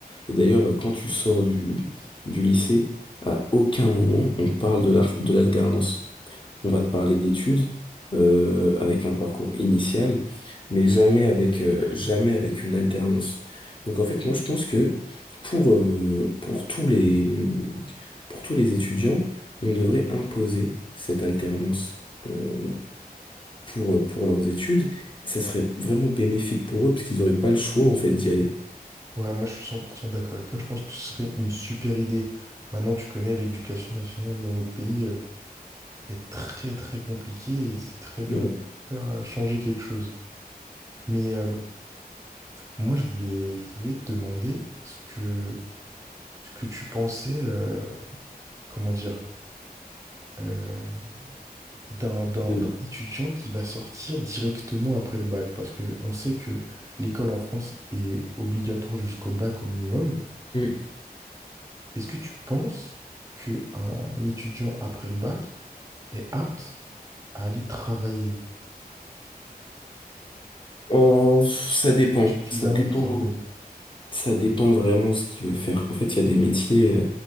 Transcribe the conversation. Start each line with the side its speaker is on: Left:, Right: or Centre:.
Left: Et d'ailleurs,
Right: Ok,
Left: euh, quand tu sors du du lycée, à aucun moment on te parle de l'ar- de l'alternance. On va
Right: Ouais.
Left: te parler d'études euh, avec un parcours initial, mais jamais avec, euh, jamais avec une alternance. Donc en fait, moi je pense que pour, euh, pour tous les, hum, pour tous les étudiants, on devrait imposer cette alternance euh, pour, pour leurs études, et ça serait vraiment bénéfique pour eux, parce qu'ils n'auraient pas le choix en fait d'y aller.
Right: Ouais, moi, je suis 100% d'accord avec toi. Je pense que ce serait une super idée. Maintenant, tu connais l'éducation nationale dans notre pays euh, est très, très compliquée et c'est très dur
Left: Ouais.
Right: de leur faire euh, changer quelque chose. Mais euh, moi, je voulais, je voulais te demander ce que, ce que tu pensais, euh, comment dire, euh, d'un, d'un,
Left: De-
Right: d'un étudiant qui va sortir directement après le bac. Parce que on sait que l'école en France est obligatoire jusqu'au bac au minimum.
Left: Hum.
Right: Est-ce que tu penses qu'un étudiant après le bac est apte à aller travailler,
Left: Oh, ça dépend,
Right: suffisamment
Left: ça dépend.
Right: formé?
Left: Ça dépend vraiment ce qu'il veut faire. En fait, il y a des métiers, euh,